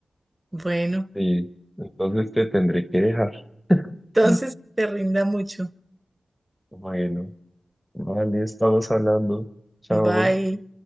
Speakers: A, on the right; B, in the centre.
A: Bueno,
B: Sí, entonces te tendré que dejar.
A: entonces
B: Mm.
A: te rinda mucho.
B: Bueno, vale, estamos hablando. Chao.
A: Bye.